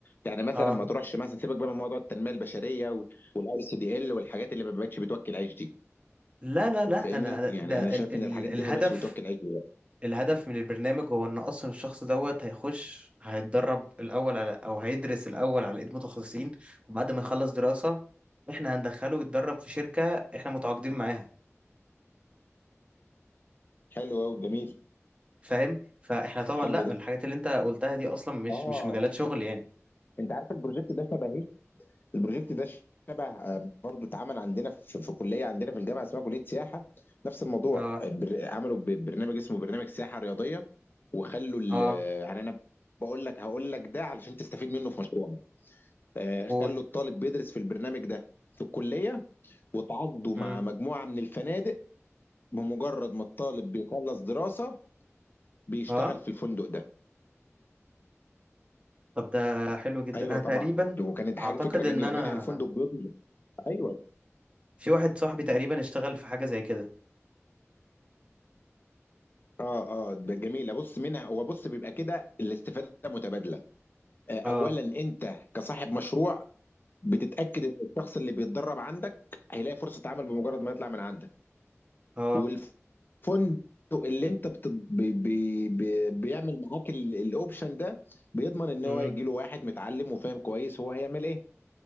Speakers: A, on the left; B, on the right.
A: يعني مثلا
B: اه
A: ما تروحش مثلا سيبك بقى من موضوع التنميه البشريه والاي سي دي ال والحاجات اللي ما بقتش بتوكل عيش دي
B: لا لا لا
A: فاهمني
B: انا
A: يعني
B: ده
A: انا
B: ال
A: شايف
B: ال
A: ان الحاجات دي
B: الهدف
A: ما بقتش بتوكل عيش دلوقتي
B: الهدف من البرنامج هو ان اصلا الشخص دوت هيخش هيتدرب الاول على او هيدرس الاول على ايد متخصصين وبعد ما يخلص دراسة احنا هندخله يتدرب في شركة احنا متعاقدين معاها
A: حلو قوي جميل
B: فاهم فاحنا طبعا
A: حلو
B: لا
A: ده
B: الحاجات اللي انت قلتها دي اصلا مش
A: اه
B: مش مجالات شغل يعني
A: انت عارف البروجكت ده شبه البروجكت ده شبه آه، برضه اتعمل عندنا في, في كليه عندنا في الجامعه اسمها كليه سياحه نفس الموضوع
B: اه
A: آه، بر- عملوا ب- برنامج اسمه برنامج سياحه رياضيه وخلوا ال-
B: اه
A: يعني انا بقول لك هقول لك ده علشان تستفيد منه في مشروعك آه،
B: قول
A: خلوا الطالب بيدرس في البرنامج ده في الكليه وتعاقدوا
B: امم
A: مع مجموعه من الفنادق بمجرد ما الطالب بيخلص دراسه بيشتغل
B: اه
A: في الفندق ده
B: طب ده حلو جدا
A: ايوه
B: انا تقريبا
A: طبعا وكانت حاجه
B: اعتقد
A: فكره جميله
B: ان انا
A: منها الفندق بيضمن ايوه
B: في واحد صاحبي تقريبا اشتغل في حاجه زي كده
A: اه اه ده جميله بص منها هو بص بيبقى كده الاستفاده متبادله آه، اولا
B: اه
A: انت كصاحب مشروع بتتاكد ان الشخص اللي بيتدرب عندك هيلاقي فرصه عمل بمجرد ما يطلع من عندك
B: اه
A: والفندق اللي انت بت... بي... بي... بي... بيعمل معاك ال- الاوبشن ده بيضمن ان هو
B: امم
A: يجي له واحد متعلم وفاهم كويس هو هيعمل ايه